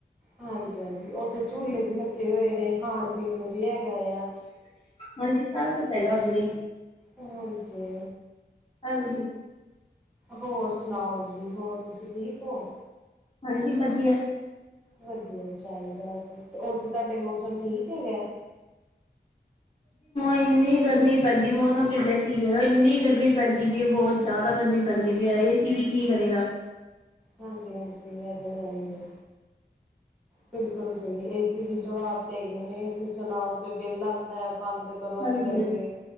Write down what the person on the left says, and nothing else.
ਹਾਂਜੀ, ਸਾਰਾ ਕੁੱਛ ਹੈਗਾ, ਉੱਧਰ ਹੀ?
ਹਾਂਜੀ।
ਹਾਂਜੀ ।ਵਧੀਆ।
ਇੰਨੀ ਗਰਮੀ ਪੈਂਦੀ ਮੌਸਮ ਕਿੱਦਾਂ ਠੀਕ ਹੈ ।ਇੰਨੀ ਗਰਮੀ ਪੈਂਦੀ ਵੀ ਇਹ ਬਹੁਤ ਜਿਆਦਾ ਗਰਮੀ ਪੈਂਦੀ। ਹਾਂਜੀ ਵੀ ਏ ਸੀ ਵੀ ਕੀ ਕਰੇਗਾ।
ਹਾਂਜੀ।